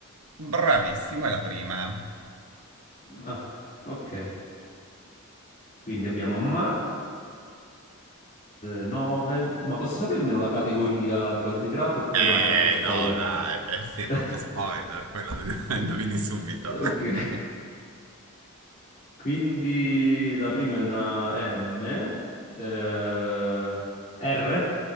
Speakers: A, on the right (about 85°); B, on the left (about 40°).
A: Bravissimo, è la prima.
B: Ah, ok. Quindi abbiamo ma. 9, ma posso sapere almeno la categoria di cosa si tratta oppure
A: Eh,
B: no? È troppo spoiler.
A: no, dai, eh sì, è
B: <laughs>
A: troppo spoiler, quella <laughs> la indovini subito.
B: Ok.
A: <laughs>
B: Quindi la prima è una M, eh, R,